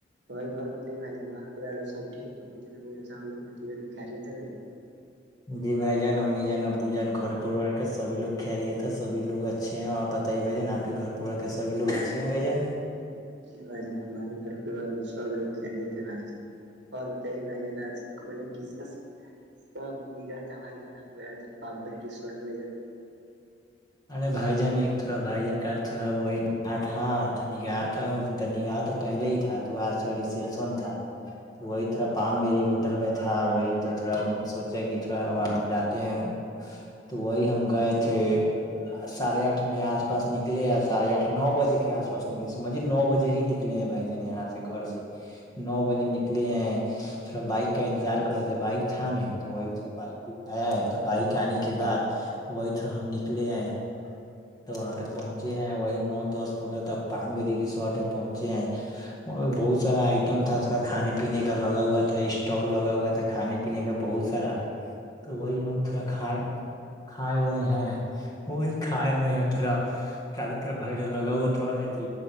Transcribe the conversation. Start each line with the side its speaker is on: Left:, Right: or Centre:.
Right: بھائی اور بتائیے بھائی ج گھر پ لو سب ٹھیک ہے ہم لوگ ٹ ک رہے تھے بھائی
Left: جی بھائی جان امی جان ابو جان گھر پریوار کے سب لوگ خلیا تھا سبھی لوگ اچھے ہیں اورپ بتائیے بھ جان آپ کے گھر پور کے سب لوگ اچھے ہیں بھ جن
Right: یہ بج ہے ہمارے گھر ار میں سب لوگ کہہ رہے تھے بھائی جن اور بتائیے بھائی جان آج مطلب کس کا اس کا نگا تھا بھائی جان اب پاپ بھ رسٹ بھائی جان
Left: ارے بھائی جان ایک تھوڑا بھائی جان کا تھڑا وہیا تھا تو نگاہا تھا نگاہا تو پہلے ہی تھا تو وہ آج کا ریسپشن تھا وہی تھوڑا پام میری ہوٹل میں تھا وہی تو تھوڑا سوچے کہ تھوڑا وہاں جاتے ہیں تو وہی ہم گئے تھے ساھے آٹھ میں آس پس نکلے ساھے آٹھ نو بجے کے آس پاس نکلے سمج جی نو بجے ہی نکل نکلے ہیں بھائی جن یہاں سے گھر سے نو بجے نکلے ہیں تھوا بائک کا انتظار کر رہے تھ بائک تھا نہیں تو وہی تھ بک آیا ہے تو بائک آنے کے بعد وہی تھ ہم نکلے آئے تو وہاں پہ پہنچے ہیں وہی نو دس پندرہ تک پامری ریسورٹ ہے پہنچے ہیں اور بہت سارا آئٹم تھا تھوڑا کھانے پینے کا لگا ہوا تھا اسٹال لگا ہوا تھا کھانے پینے کا بہت سارا تو وہی ہم تھڑا کھا رہ کھائے ہوئے ہیں وہی کائے ہو ہیں تھوڑا چارو طرف بھجا لگاؤ تھا ا